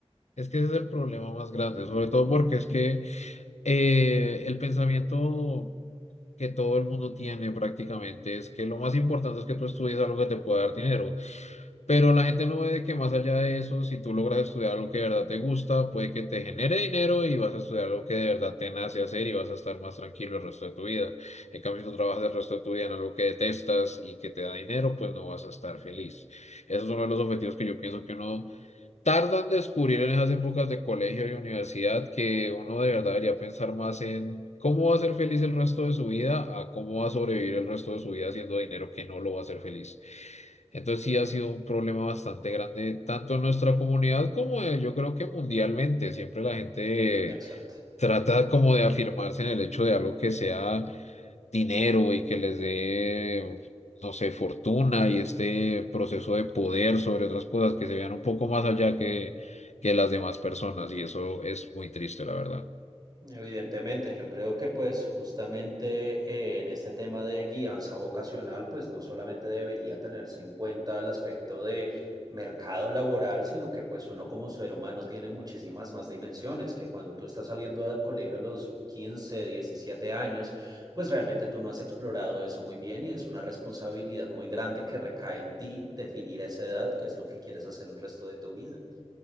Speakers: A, on the left; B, on the right.
A: Es que ese es el problema más grande, sobre todo porque es que eh, el pensamiento que todo el mundo tiene prácticamente es que lo más importante es que tú estudies algo que te pueda dar dinero. Pero la gente no ve que más allá de eso, si tú logras estudiar algo que de verdad te gusta, puede que te genere dinero y vas a estudiar algo que de verdad te nace hacer y vas a estar más tranquilo el resto de tu vida. En cambio, si tú trabajas el resto de tu vida en algo que detestas y que te da dinero, pues no vas a estar feliz. Esos son los objetivos que yo pienso que uno tardan en descubrir en esas épocas de colegio y universidad que uno de verdad debería pensar más en cómo va a ser feliz el resto de su vida a cómo va a sobrevivir el resto de su vida haciendo dinero que no lo va a hacer feliz. Entonces sí ha sido un problema bastante grande, tanto en nuestra comunidad como eh, yo creo que mundialmente. Siempre la gente
B: Exacto.
A: trata como de afirmarse en el hecho de algo que sea dinero y que les dé, no sé, fortuna y este proceso de poder sobre otras cosas que se vean un poco más allá que, que las demás personas y eso es muy triste, la verdad.
B: Evidentemente, yo creo que pues justamente eh, en este tema de guianza vocacional, pues no solamente debería tenerse en cuenta el aspecto de mercado laboral, sino que pues uno como ser humano tiene muchísimas más dimensiones, que cuando tú estás saliendo del colegio a los 15, 17 años, pues realmente tú no has explorado eso muy bien y es una responsabilidad muy grande que recae en ti definir a esa edad, qué es lo que quieres hacer el resto de tu vida.